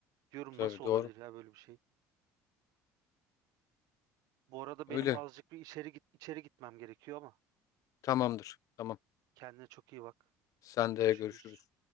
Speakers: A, on the right; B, on the left.
A: Diyorum
B: tabii
A: nasıl
B: doğru.
A: olabilir ya böyle bir şey? Bu arada
B: Öyle.
A: benim azıcık bir içeri git içeri gitmem gerekiyor ama
B: Tamamdır. Tamam.
A: kendine çok iyi bak.
B: Sen
A: Görüşürüz.
B: de görüşürüz.